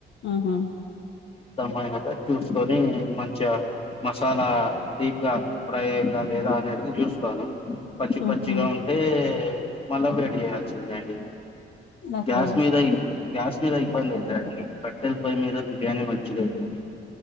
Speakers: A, on the left; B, on the left.
A: ఉహు
B: ధమ్ అయినాక చూసుకొని మంచిగా మసాలా డీప్ గా ఫ్రై అయిందా లేదా అనేది చూస్తాను పచ్చి
A: ఉహు
B: పచ్చిగా ఉంటే మళ్ళా వేడి చేయాల్సిందే అండి
A: ఓకే
B: గ్యాస్ మీద గ్యాస్ మీద ఇబ్బంది అయితదండి కట్టెల పై మీద బిర్యాని మంచిగయితది